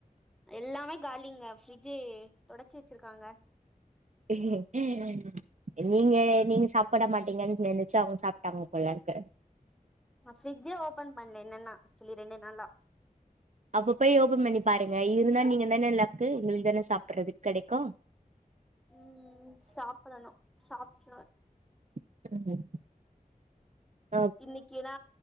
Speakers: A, in the centre; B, on the right.
A: எல்லாமே காலிங்க ஃப்ரிட்ஜு தொடச்சி வச்சிருக்காங்க
B: உஹம் உம் நீங்க நீங்க சாப்புட மாட்டீங்கன்னு நெனச்சு அவுங்க சாப்புட்டாங்க போல இருக்கு
A: நா ஃப்ரி்ஜே ஓபன் பண்ல என்னன்னா ஆக்சுவலி ரெண்டு நாளா
B: அப்ப போய் ஓபன் பண்ணி பாருங்க இருந்தா நீங்க தான லக்கு உங்களுக்கு தான சாப்பறதுக்கு கெடைக்கு
A: ம் சாப்படணு சாப்ட்ருவ
B: <inaudible>
A: இன்னிக்கி நா